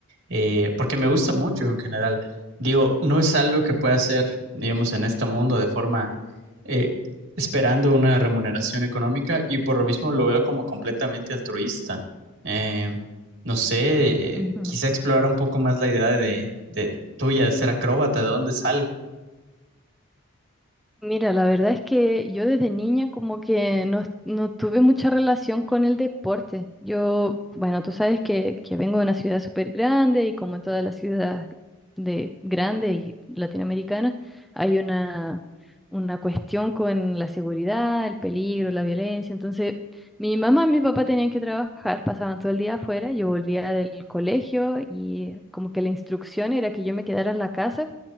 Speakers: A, on the right; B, in the centre.
A: eh, porque me gusta
B: Mm,
A: mucho en general. Digo, no es algo que pueda hacer, digamos, en este mundo de forma eh, esperando una remuneración económica y por lo mismo lo veo como completamente altruista. Eh, no sé,
B: ujú.
A: eh, quizá explorar un poco más la idea de, de tuya de ser acróbata, de dónde sale.
B: Mira, la verdad es que yo desde niña como que no, no tuve mucha relación con el deporte. Yo, bueno, tú sabes que, que vengo de una ciudad súper grande y como en todas las ciudades de grande y latinoamericana, hay una, una cuestión con la seguridad, el peligro, la violencia. Entonces, mi mamá y mi papá tenían que trabajar, pasaban todo el día afuera, yo volvía del colegio y como que la instrucción era que yo me quedara en la casa